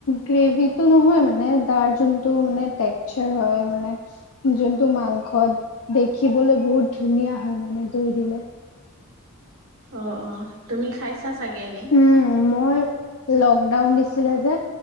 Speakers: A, on the left; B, on the right.
A: গ্ৰেভি টো নহয় মানে তাৰ যোনটো মানে টেক্চাৰ হয় মানে যোনটো মাংসত দেখিবলৈ বহুত ধুনীয়া হয় মানে দৈ দিলে
B: অঁ অঁ তুমি খাইছা চাগে নি
A: উম মই লকডাউন দিছিলে যে